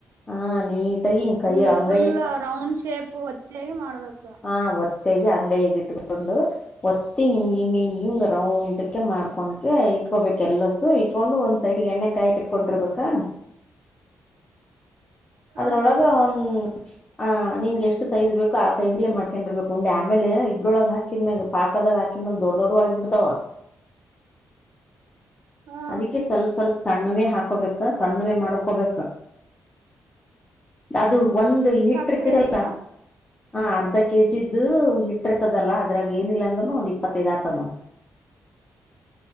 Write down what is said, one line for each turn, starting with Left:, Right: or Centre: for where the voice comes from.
Left: ಆ ನೀಟಾಗಿ ಹಿಂಗ್
Right: ಹಿಂಗ
Left: ಕೈ ಅಂಗೈಯ
Right: ಫುಲ್ ರೌಂಡ್ ಶೇಪ್ ಹೊತ್ತಿ ಮಾಡ್ಬೇಕು.
Left: ಹಾ ಓತ್. ತಗಿ ಅಂಗೈಯಗ್ ಇಟ್ಕೊಂದು. ಒತ್ತಿ ಹಿಂಗ್ ಹಿಂಗ್ ಹಿಂಗ್ ಹಿಂಗ್ ರೌಂಡುಕೆ ಮಾಡ್ಕೊನಕೆ ಇಟ್ಕೊಬೇಕ್ ಎಲ್ಲಸು. ಇಟ್ಕೊಂಡು ಒಂದ್ ಸೈಡ್ಗ್ ಎಣ್ಣೆ ಕಾಯಕ್ ಇಟ್ಕೊಂಡಿರ್ಬೇಕಾ.
Right: ಹಾ
Left: ಅದ್ರೊಳಗ
Right: ಹಾ
Left: ಒಂದ್. ಆ ನಿನ್ಗೆಷ್ಟು ಸೈಜ್ ಬೇಕೊ ಆ ಸೈಜಲ್ಲೇ ಮಾಡ್ಕೊಂಡಿರ್ಬೇಕ್ ಉಂಡೆ ಆಮೇಲೆ ಇದ್ರೊಳಗ್ ಹಾಕಿದ್ಮ್ಯಾಗ. ಪಾಕದಾಗ್ ಹಾಕಿಮೆಗ್ ದೊಡ್ ದೊಡ್ಡವ್ ಆಗಬಿಡ್ತಾವ.
Right: ಹಾ
Left: ಅದಿಕ್ಕೆ ಸ್ವಲ್ಪ್ ಸ್ವಲ್ಪ್ ಸಣ್ಣವೇ ಹಾಕೋಬೇಕ ಸಣ್ಣವೇ ಮಾಡ್ಕೋಬೇಕ. ಅದು ಒಂದ್ ಹಿಟಿರ್ತೀರಲ್ಲ.
Right: ಸಕ್ರೆ ಅಕ್ಕ
Left: ಹ ಅರ್ಧ ಕೆಜಿದು ಇಟ್ಟಿರ್ತದಲ್ಲ ಅದ್ರಾಗ್ ಏನಿಲ್ ಅಂದ್ರೂನು ಒಂದ್ ಇಪ್ಪತ್ತೈದ್ ಆತವ್ ನೋಡ್.